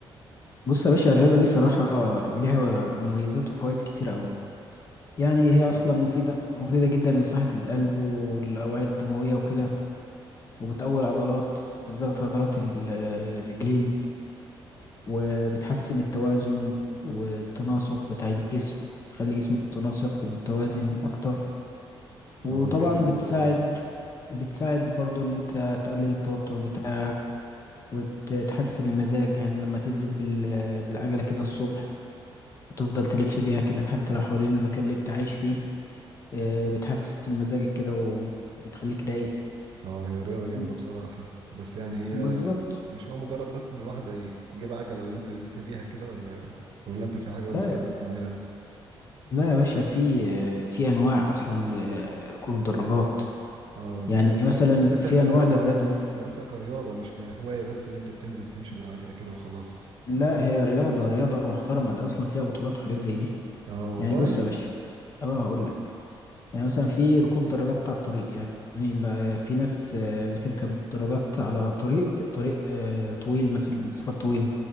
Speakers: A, on the left; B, on the right.
A: بص يا باشا الرياضه دي صراحه ليها مميزات وفوائد كتير اوي يعني
B: زي
A: هي
B: ايه
A: اصلا مفيده مفيده جدا لصحه القلب والاوعيه الدمويه وكده وبتقوي العضلات بالذات عضلات ال- آه، الرجلين وبتحسن التوازن والتناسق بتاع الجسم بتخلي جسمك متناسق ومتوازن اكتر وطبعا
B: اه جامد
A: بتساعد
B: والله
A: بتساعد برضو ان انت تقلل التوتر بتاعك وتحسن المزاج يعني لما تنزل بال... بالعجلة كده الصبح وتفضل تلف بيها كده حتى لو حوالين المكان اللي انت عايش فيه آه، بتحسن مزاجك كده وبتخليك رايق
B: اه هي رياضة جامدة
A: و-
B: بصراحة بس يعني هي
A: بالظبط
B: مش هو مجرد بس ان الواحد يجيب عجلة وينزل يلف بيها كده ولا ولا انت في حاجة
A: لا
B: مختلفة بتعملها
A: لا يا باشا في آه، في انواع اصلا لركوب الدراجات
B: اه انت
A: يعني مثلا
B: بتمارسها
A: في
B: كرياضة
A: انواع للرياضة دي
B: بتمارسها كرياضة مش كهواية بس ان انت بتنزل تمشي بالعجلة كده وخلاص
A: لا هي رياضة رياضة محترمة ده اصلا فيها بطولات وحاجات زي دي
B: اه والله
A: يعني بص يا باشا اه هقول لك يعني مثلا في ركوب دراجات على الطريق يعني ال- آه، في ناس آه، بتركب دراجات على طريق طريق آه، طويل مثلا مسافات طويلة